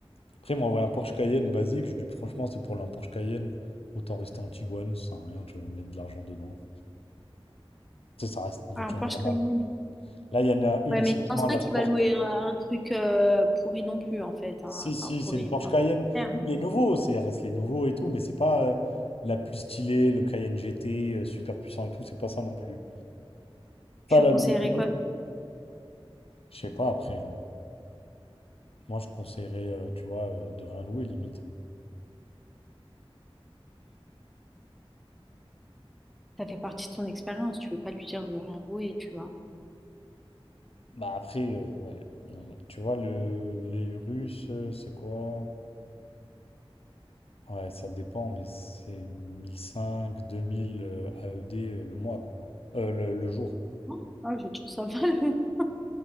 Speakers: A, on the left; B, in the centre.
A: Après, il m'a envoyé un Porsche Cayenne basique. Je lui dis franchement, c'est pour un Porsche Cayenne, autant rester en Tiguan, ça sert à rien, tu vas mettre de l'argent dedans. Tu sais, ça reste une
B: Ah,
A: voiture
B: un Porsche
A: normale.
B: Cayenne.
A: Là, il y en a une,
B: Ouais, mais
A: c'est
B: je
A: vraiment
B: pense pas
A: la
B: qu'il va
A: Porsche.
B: louer euh, un truc euh, pourri non plus, en fait.
A: Si,
B: hein.
A: si,
B: Enfin,
A: c'est
B: pourri,
A: une Porsche
B: pas
A: Cayenne.
B: bon terme.
A: Oui, les nouveaux, c'est reste les nouveaux et tout, mais c'est pas euh, la plus stylée, le Cayenne GT, euh, super puissant et tout, c'est pas ça non plus.
B: Tu
A: Ça, à la
B: lui conseillerais
A: limite, oui.
B: quoi?
A: Je sais pas après. hein. Moi, je conseillerais, euh, tu vois, euh, de rien louer limite. hein.
B: Ça fait partie de ton expérience. Tu peux pas lui dire de rien louer, tu vois.
A: Bah après, euh, ouais. ouais. Tu vois, le, les Russes, euh, c'est quoi? Ouais, ça dépend, mais c'est 1500, 2000 euh, AED euh, le mois, quoi. Euh, le, le jour.
B: Oh, ah, je tire ça va. <laughs>